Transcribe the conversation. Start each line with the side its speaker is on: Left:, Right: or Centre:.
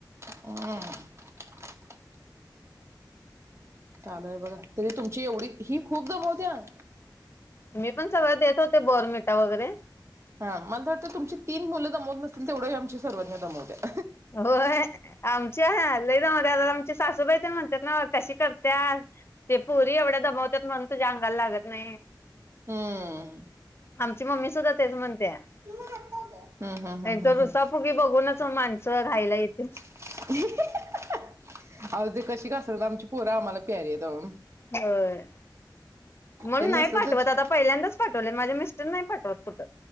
Right: हम्म <inaudible> चालूयेबघा तरी तुमची एवढी, ही खूप दमावते हा.
Left: मी पण सगळ देत होते बोर्णव्हीटा वगैरे.
Right: हा मला तर वाटत तुमची तीन मुलं दमवत नसतील, तेवढी ही आमची सर्वज्ञा दमवते.
Left: होय आमची आहे लई दमवत्यात. आमची सासूबाई तर म्हण तर ना कशी करत्यात. ते पोरी एवढ्या दमावत्यात म्हणून, तुझ्या अंगाला लागत ना
Right: हम्म.
Left: मम्मी सुधा तेच म्हन नाहीतर
Right: हम्म हम्म हम्म हम्म
Left: रुसा
Right: हम्म
Left: फुगी बघूनच माण राहयला येतील.
Right: <unintelligible> <inaudible> कशी का असनात आमची पोरं आम्हाला प्यारीयत ह.
Left: होय म्हणून
Right: ते
Left: नाही
Right: नसलं
Left: पाठवत
Right: तर
Left: आता पहिल्यांदाच पाठवले माझे मिस नाही पाठवत कुठं